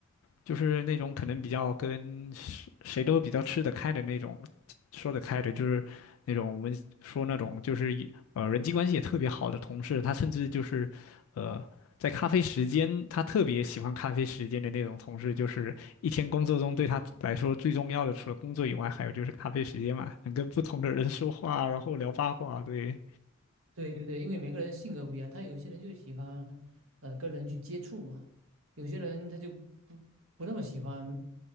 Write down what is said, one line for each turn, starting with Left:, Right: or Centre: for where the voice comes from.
Left: 就是那种可能比较跟谁谁都比较吃得开的那种，说得开的，就是那种我们说那种就是一呃人际关系也特别好的同事，他甚至就是呃在咖啡时间，他特别喜欢咖啡时间的那种同事，就是一天工作中对他来说最重要的，除了工作以外，还有就是咖啡时间嘛，能跟不同的人说话，然后聊八卦，对。
Right: 对对对，因为每个人性格不一样，他有一些人就喜欢呃跟人去接触嘛，有些人他就不不那么喜欢